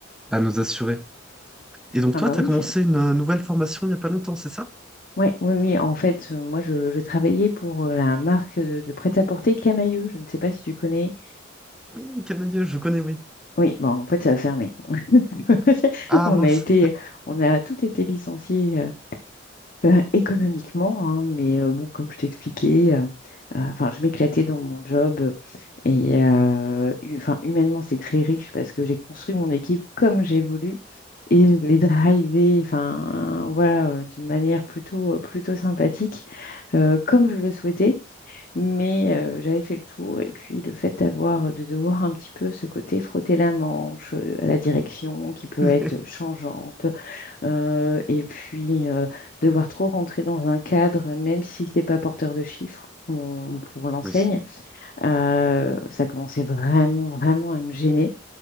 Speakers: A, in the centre; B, on the left.
A: à nos assurés. Et donc
B: Ah
A: toi,
B: bah
A: tu
B: oui,
A: as commencé
B: c'est-
A: une euh, nouvelle formation il n'y a pas longtemps, c'est ça?
B: ouais, oui, oui. En fait, euh, moi, je, je travaillais pour euh, la marque de, de prêt-à-porter Camailleux. Je ne sais pas si tu connais.
A: Oui, Canadieux, je connais, oui.
B: Oui, bon, en fait, ça a fermé. <laughs>
A: Ah
B: On
A: mince.
B: a été, on a tout été licencié Euh, <laughs> économiquement, hein, mais euh, bon, comme je t'expliquais, euh, euh, enfin, je m'éclatais dans mon job euh, et euh, hu- enfin, humainement, c'est très riche parce que j'ai construit mon équipe comme j'ai voulu et je l'ai drivée, enfin, voilà, euh, d'une manière plutôt, euh, plutôt sympathique, euh, comme je le souhaitais, mais euh, j'avais fait le tour et puis le fait d'avoir, de devoir un petit peu ce côté frotter la manche euh, à la direction qui peut
A: <laughs>
B: être changeante euh, et puis, euh, devoir trop rentrer dans un cadre, même si ce n'est pas porteur de chiffres on- pour l'enseigne,
A: Oui.
B: euh, ça commençait vraiment, vraiment à me gêner.